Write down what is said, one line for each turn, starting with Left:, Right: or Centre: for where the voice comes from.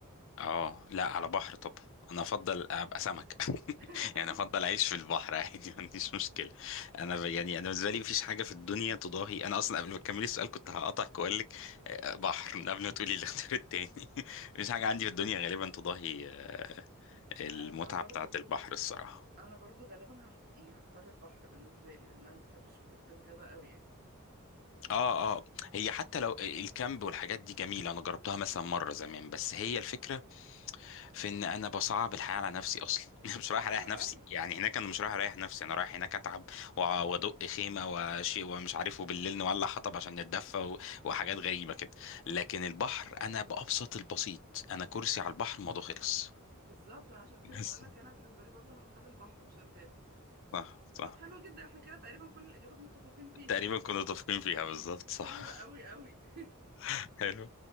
Left: اه لا على بحر طبعا انا افضل ابقى سمك <laughs>
Right: <laughs>
Left: يعني افضل اعيش في البحر عادي ما عنديش مشكله انا ب- يعني انا بالنسبه لي مفيش حاجه في الدنيا تضاهي انا اصلا قبل ما تكملي السؤال كنت هقطعك واقول لك آه، بحر من قبل ما تقولي الاختيار التاني <laughs> مفيش حاجه عندي في الدنيا غالبا تضاهي آه، المتعه
Right: انا برضو
Left: بتاعه البحر الصراحه
Right: انا برضو غالبا هح... يعني هختار البحر بالنسبة لي لان انا ما بحبش فكرة الغابة قوي يعني
Left: اه اه هي حتى لو الكامب والحاجات دي جميله انا جربتها مثلا مره زمان بس هي الفكره في ان انا بصعب الحياه على نفسي اصلا <laughs> مش رايح
Right: اه
Left: اريح نفسي
Right: اه
Left: يعني هناك انا مش رايح اريح نفسي انا رايح هناك اتعب وأ- وادق خيمه وشيء ومش عارف وبالليل نولع حطب عشان نتدفى و- وحاجات غريبه كده لكن البحر انا بابسط البسيط انا كرسي على البحر الموضوع خلص
Right: بالظبط وانا عشان كده
Left: <laughs>
Right: بقول
Left: بس
Right: لك انا بالنسبة لي برضو هختار البحر مش الغابة
Left: صح صح
Right: طب حلو جدا احنا كده تقريبا كل الاجابات متفقين فيها
Left: تقريبا
Right: يعني
Left: كنا متفقين فيها بالظبط صح
Right: حلوة قوي قوي <laughs>
Left: <laughs> حلو